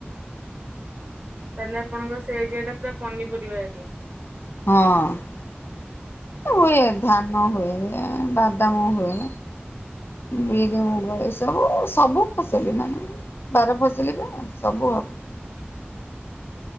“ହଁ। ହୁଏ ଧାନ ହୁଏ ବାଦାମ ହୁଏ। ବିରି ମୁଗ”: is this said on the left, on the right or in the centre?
Left